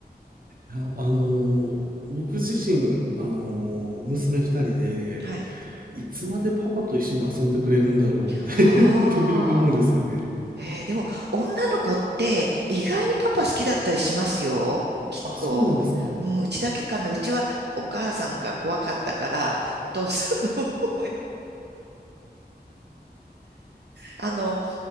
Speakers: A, on the right; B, on the right.
A: いや、あの僕自身、あの娘二人で、
B: はい。
A: いつまでパパと一緒に遊んでくれるんだろうって
B: ああ、
A: <laughs> 時々思うんですよね。
B: えーでも女の子って意外にパパ好きだったりしますよ、きっと。
A: あ、そうなんですか。
B: うん、うちだけかな。うちはお母さんが怖かったから、お父さんの方あの、